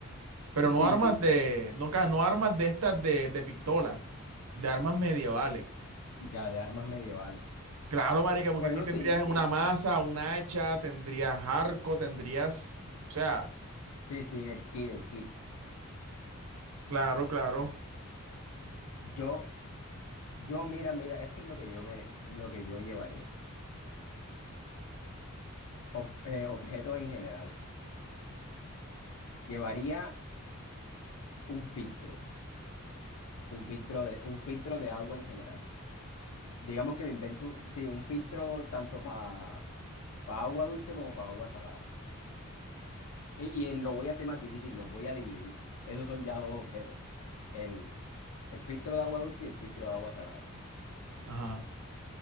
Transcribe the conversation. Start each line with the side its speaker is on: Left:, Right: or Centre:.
Right: pero no
Left: Sí,
Right: armas
Left: sí,
Right: de, no, ca- no armas de estas de, de pistola, de armas medievales.
Left: ya de armas medievales.
Right: Claro, marica, porque
Left: Bueno,
Right: aquí tendrías
Left: sí, sí,
Right: una maza,
Left: sí.
Right: un hacha, tendrías arco, tendrías, o sea,
Left: Sí, sí, el kit, el kit.
Right: claro, claro.
Left: Yo, yo, mira, mira, esto es lo que yo me, lo que yo llevaría. Ob- eh, objetos en general. Llevaría un filtro, un filtro de, un filtro de agua en general. Digamos que me invento, sí, un filtro tanto para agua dulce como para agua salada. Y, y lo voy a hacer más difícil, los voy a dividir. Esos son ya dos objetos, el, el filtro de agua dulce y el filtro de agua salada.
Right: Ajá.